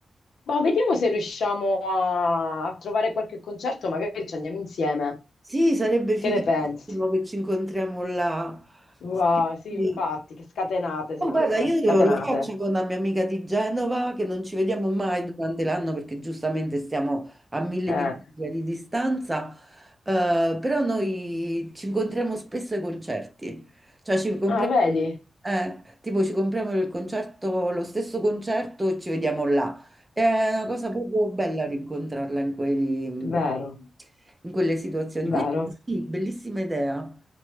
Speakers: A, on the left (about 75°); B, on the right (about 15°).
A: ma vediamo se riusciamo a, a trovare qualche concerto, magari ci andiamo insieme.
B: Sì, sarebbe fighissimo
A: Che ne pensi?
B: che ci incontriamo là.
A: Wow,
B: Sì,
A: sì,
B: sì.
A: infatti, che scatenate,
B: Oh,
A: secondo
B: guarda, io
A: me, scatenate.
B: lo faccio con la mia amica di Genova, che non ci vediamo mai durante l'anno perché giustamente stiamo a mille
A: Eh.
B: miglia di distanza, eh, però noi ci incontriamo spesso ai concerti, cioè ci compriamo,
A: Ah, vedi?
B: eh, tipo ci compriamo il concerto, lo stesso concerto e ci vediamo là. È una cosa proprio bella rincontrarla in quei, in
A: Vero,
B: quelle situazioni.
A: vero.
B: Quindi sì, bellissima idea.